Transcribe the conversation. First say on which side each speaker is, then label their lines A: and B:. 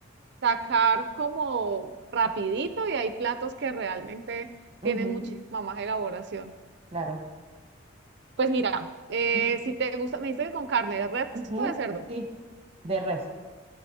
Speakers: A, on the right (about 55°); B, on the right (about 30°).
A: sacar como rapidito y hay platos que realmente
B: ujú,
A: tienen muchísima más elaboración.
B: claro.
A: Pues mira, eh,
B: ujú,
A: si te gusta, me dijiste que con carne de res
B: ujú,
A: o de cerdo.
B: sí, de res.